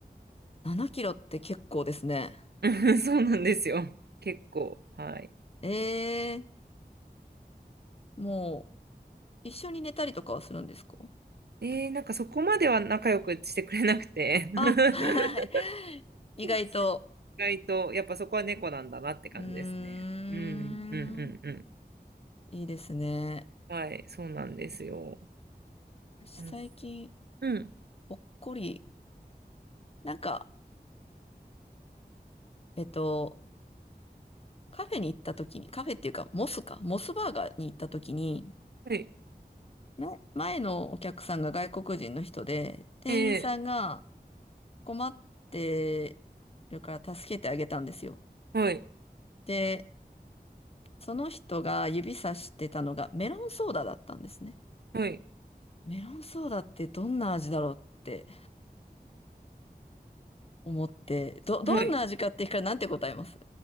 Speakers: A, on the left; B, on the right.
A: 7キロって結構ですね。
B: <laughs> そうなんですよ。結構。はい。
A: えー、もう、一緒に寝たりとかはするんですか
B: えー、なんかそこまでは仲良くしてくれなくて。<laughs>
A: あ、はい。<laughs> 意外と。
B: そう。意外と、やっぱそこは猫なんだなって感じですね。
A: うーん。
B: うん、うん、うん、うん。
A: いいですね。
B: はい、そうなんですよ。
A: 私最近、
B: うん。うん
A: ほっこり。なんか、えっと、カフェに行った時に、カフェっていうか、モスか、モスバーガーに行った時に、
B: はい。
A: ね前のお客さんが外国人の人で、店員さんが
B: え
A: 困ってるから助けてあげたんですよ。
B: ー、はい、
A: で、その人が指さしてたのがメロンソーダだったんですね。
B: はい、
A: メロンソーダってどんな味だろうって思って、ど、どんな味かって聞かれなんて答えます
B: はい。